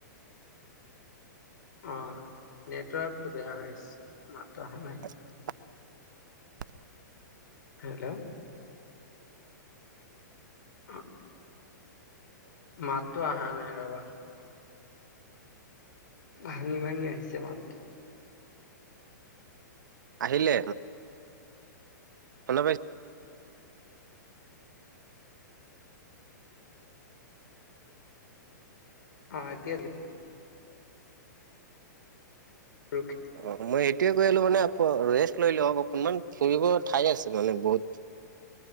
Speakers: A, on the left; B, on the right.
A: অ নেটৱৰ্কটো বেয়া হৈছে মাতটো অহা নাই
B: <unintelligible>
A: হেল্ল <unintelligible> মা টো অহা নাই ৰবা ভাঙি ভাঙি আহিছে মাতটো
B: আহিলে শুনা পাইছে
A: অ এতিয়া <unintelligible>
B: অ মই এইটোয়ে কৈ আহিলো মানে আ ৰেষ্ট লৈ লও অকনমান ফুৰিব ঠাই আছে মানে বহুত